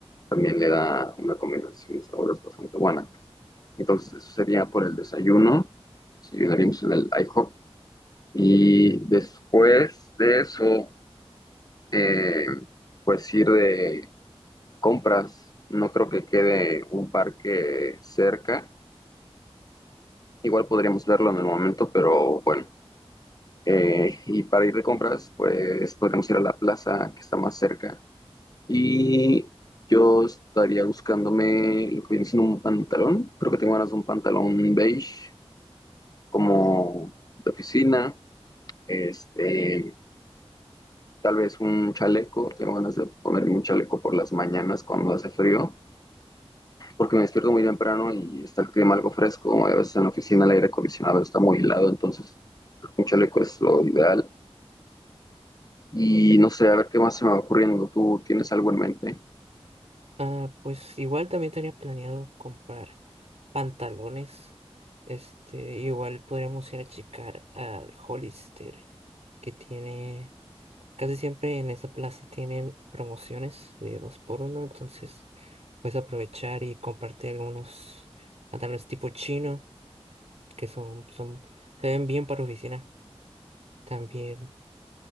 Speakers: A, on the left; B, on the right.
A: También le da una combinación de sabores bastante buena. Entonces, eso sería por el desayuno. Desayunaríamos en el IHOP. Y después de eso, eh, pues ir de compras. No creo que quede un parque cerca Igual podríamos verlo en el momento, pero bueno. Eh, y para ir de compras, pues podríamos ir a la plaza que está más cerca. Y yo estaría buscándome lo que viene siendo un pantalón. Creo que tengo ganas de un pantalón beige, como de oficina. Este, tal vez un chaleco. Tengo ganas de ponerme un chaleco por las mañanas cuando hace frío, porque me despierto muy temprano y está el clima algo fresco. A veces en la oficina el aire acondicionado está muy helado, entonces un chaleco es lo ideal. Y no sé, a ver qué más se me va ocurriendo. ¿Tú tienes algo en mente?
B: Ah, pues igual también tenía planeado comprar pantalones. Este, igual podríamos ir a checar al Hollister, que tiene, casi siempre en esa plaza tienen promociones de dos por uno, entonces puedes aprovechar y comprarte algunos pantalones tipo chino, que son, son, se ven bien para oficina. También,